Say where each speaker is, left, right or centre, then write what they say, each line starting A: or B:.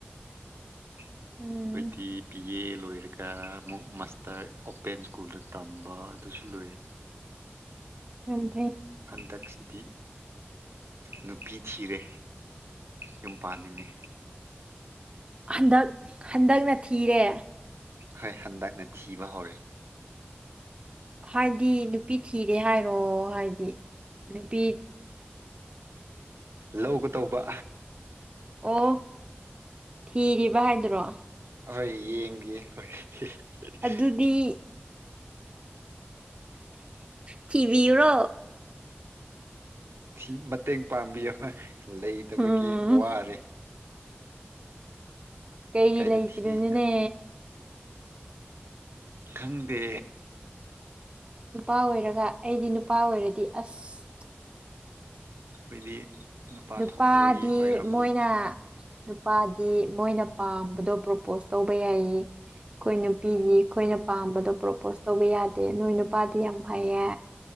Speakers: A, on the right (about 75°); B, on the right (about 25°).
A: ꯑꯩꯈꯣꯏꯗꯤꯤ
B: ꯎꯝ
A: ꯄꯤ ꯌꯦ ꯂꯣꯏꯔꯒ ꯑꯃꯨꯛ ꯃꯥꯁꯇꯔ ꯑꯣꯄꯦꯟ ꯁ꯭ꯀꯨꯜꯗ ꯇꯝꯕ ꯑꯗꯨꯁꯨ ꯂꯣꯏ
B: ꯎꯝ
A: ꯍꯟꯗꯛꯁꯤꯗꯤ ꯅꯨꯄꯤ ꯊꯤꯔꯦ ꯌꯨꯝ ꯄꯥꯅꯤꯡꯉꯦ
B: ꯍꯟꯗꯛ ꯍꯟꯗꯛꯅꯤ ꯊꯤꯔꯦ
A: ꯍꯣꯏ ꯍꯟꯗꯛꯅ ꯊꯤꯕ ꯍꯧꯔꯦ
B: ꯍꯥꯏ ꯗꯤ ꯅꯨꯄꯤ ꯊꯤꯔꯦ ꯍꯥꯏꯔꯣ ꯍꯥꯏꯗꯤ ꯅꯨꯄꯤ
A: ꯂꯧꯒ‌ꯦ ꯇꯧꯕ
B: ꯑꯣ ꯊꯤꯔꯤꯕ ꯍꯥꯏꯗꯔꯣ
A: ꯑꯍꯣꯏ ꯌꯦꯡꯒꯦ ꯍꯣꯏ <inaudible>
B: ꯑꯗꯨꯗꯤ ꯊꯤꯕꯤꯌꯨꯔꯣ
A: ꯊꯤ ꯃꯇꯦꯡ ꯄꯥꯡꯕꯤꯌꯣꯣꯏ ꯂꯩꯇꯕꯒꯤ
B: ꯎꯝ
A: ꯋꯥꯔꯦ
B: ꯀꯩ
A: ꯀꯥꯏꯗ
B: ꯂꯩꯇ꯭ꯔꯤꯅꯤꯅꯦ
A: ꯊꯤꯁꯤꯅ ꯈꯪꯗꯦ
B: ꯅꯨꯄꯥ ꯑꯣꯏꯔꯒ ꯑꯩꯗꯤ ꯅꯨꯄꯥ ꯑꯣꯏꯔꯗꯤ ꯑꯁ
A: ꯑꯩꯈꯣꯏꯗꯤ ꯅꯨꯄꯥ
B: ꯅꯨꯄꯥꯗꯤ
A: ꯊꯣꯛꯇꯕꯒꯤ ꯑꯣꯏꯔꯝꯅꯤ
B: ꯃꯣꯏꯅ ꯅꯨꯄꯥꯗꯤ ꯃꯣꯏꯅ ꯄꯥꯝꯃꯦ ꯑꯗꯣ ꯄ꯭ꯔꯣꯄꯣꯁ ꯇꯧꯕ ꯌꯥꯏꯌꯦ ꯑꯩꯈꯣꯏ ꯅꯨꯄꯤꯗꯤ ꯑꯩꯈꯣꯏꯅ ꯄꯥꯝꯕꯗꯣ ꯄ꯭ꯔꯣꯄꯣꯁ ꯇꯧꯕ ꯌꯥꯗꯦ ꯅꯣꯏ ꯅꯨꯄꯥꯗꯤ ꯌꯥꯝ ꯐꯩꯌꯦ